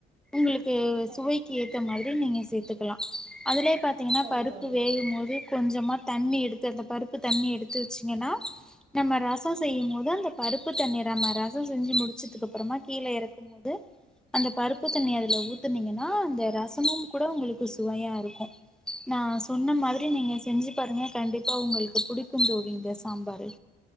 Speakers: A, in the centre; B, on the right.
A: உங்குளு கு
B: ச
A: சுவைக்கு ஏத்த மாதிரி நீங்க சேத்துக்கலா அதலே பாத்திங்கன்னா
B: சரி
A: பருப்பு
B: தோழி
A: வேகு போது கொஞ்சமா தண்ணி எடுத்து அந்த பருப்பு தண்ணி எடுத்து வச்சிங்கன்னா நம்ம ரசோ செய்யு மோது அந்த பருப்பு தண்ணீ நம்ம ரசோ செஞ்சி முடிச்சதுக்கு அப்புறமா கீழ எறக்கு ந்த அந்த பருப்பு தண்ணிய அதுல ஊத் த்துனீங்கன்னா அந்த ரசமு கூட உங்களுக்கு சுவையா இருக்கு நா சொன்ன மாதிரி நீங்க செஞ்சி பாருங்க கண்டிப்பா உங்களுக்கு புடிக்கு தோழி இந்த சாம்பாரு